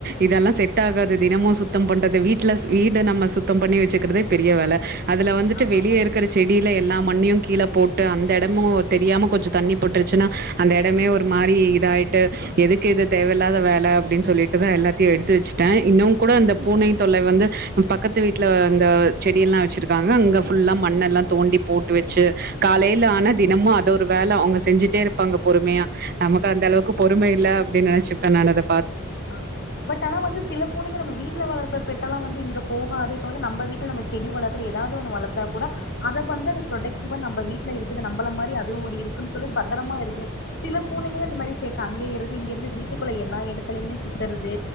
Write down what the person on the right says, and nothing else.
இதெல்லா செட் ஆகாது தினமும் சுத்தம் பண்றது வீட்ல வீடு நம்ம சுத்தம் பண்ணி வச்சுக்கிறதே பெரிய வேல அதுல வந்துட்டு
வெளியே
இருக்கற செடியில எல்லா மண்ணையும் கீழே போட்டு அந்த இடமும் தெரியாம கொஞ்சோ தண்ணி பட்டுருச்சுன்னா அந்த இடமே ஒரு மாரி இதாயிட்டு யிட்டு எதுக்கு எது தேவையில்லாத வேலை அப்டின் சொல்லிட்டுதான் எல்லாத்தையும் எடுத்து வச்சுட்டேன் இன்னும் கூட அந்த பூனை தொல் லை வந்து பக்கத்து த்துவீட்ல
அந்த செடிய எல்லா ச்சிருக்காங்க அங்க ஃபுல்லா மண்ணல்லா தோண்டி போட்டு வச்சு காலைல ஆனா தினமு அத ஒரு வேல அவுங்க செஞ்சுட்டே இருப்பாங்க பொறுமையா நமக்கு அந்த அளவுக்கு பொறும இல்ல அப்டின் நெனச்சி <unintelligible>